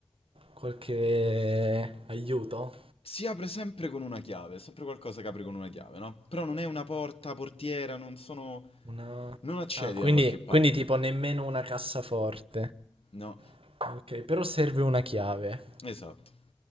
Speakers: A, on the right (about 70°); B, on the left (about 80°).
A: qualche aiuto?
B: Si apre sempre con una chiave, è sempre qualcosa che apre con una chiave, no? Però non è una porta, portiera, non sono...
A: Una...
B: Non accedi
A: Ah, quindi,
B: da qualche parte.
A: quindi tipo nemmeno una cassaforte.
B: No,
A: Ok, però serve una chiave.
B: esatto.